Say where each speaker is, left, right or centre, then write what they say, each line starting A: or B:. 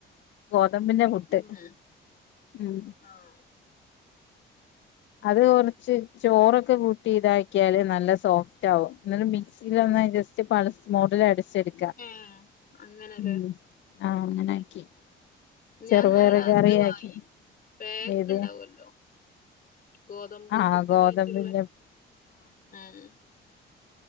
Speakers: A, on the left; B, on the left.
A: ഗോതമ്പിന്റെ പുട്ട്
B: ഉം
A: ഉം
B: ആഹ്
A: അത് കൊറച്ച് ചോറൊക്കെ കൂട്ടി ഇതാക്കിയാല് നല്ല സോഫ്റ്റാവും എന്നല് മിക്സി സീലൊന്ന് ജസ്റ്റ് പൾസ് മോഡിലടിച്ചെടു
B: ഏഹ് അങ്ങനെല്ലേ
A: ഉം ആഹ് അങ്ങനാക്കി
B: ഞാൻ
A: ചെറുപയറ്
B: ഇന്നാളത്
A: കറിയാക്കി
B: വാങ്ങി പാക്ക്
A: ഏത്
B: ഇണ്ടാവു അല്ലോ ഗോതമ്പ്
A: ആഹ്
B: പുട്ടിനായിട്ടുള്ള
A: ഗോതമ്പിന്റെ
B: ആഹ്